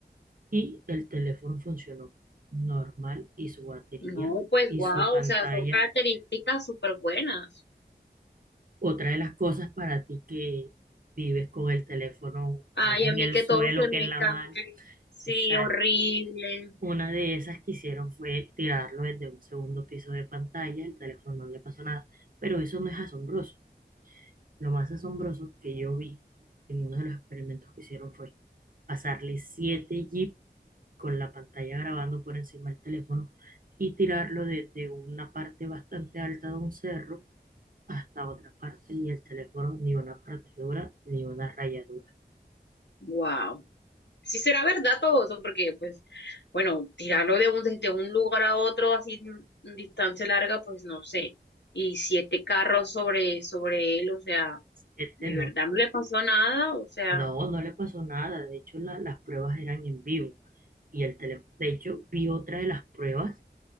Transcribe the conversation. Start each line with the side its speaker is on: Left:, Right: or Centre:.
Right: y el teléfono funcionó normal y su batería
Left: No, pues
Right: y
Left: wow,
Right: su pantalla
Left: o sea, son características súper buenas.
Right: Otra de las cosas para ti que vives con el teléfono
Left: Ay,
Right: más en
Left: a mí
Right: el
Left: que
Right: suelo
Left: todo se
Right: que
Left: me
Right: en la
Left: cae.
Right: mano.
Left: Sí,
Right: Exacto.
Left: horrible.
Right: Una de esas que hicieron fue tirarlo desde un segundo piso de pantalla, el teléfono no le pasó nada, pero eso no es asombroso. Lo más asombroso que yo vi en uno de los experimentos que hicieron fue pasarle 7 jeep con la pantalla grabando por encima del teléfono y tirarlo desde una parte bastante alta de un cerro hasta otra parte y el teléfono ni una partidura ni una rayadura.
Left: Wow. si será verdad todo eso, porque pues, bueno, tirarlo de un, desde un lugar a otro así en distancia larga, pues no sé. Y siete carros sobre, sobre él, o sea,
Right: Este
Left: de
Right: no,
Left: verdad no le pasó nada, o sea,
Right: no, no le pasó nada. De hecho, la- las pruebas eran en vivo y el teléfono, de hecho, vi otra de las pruebas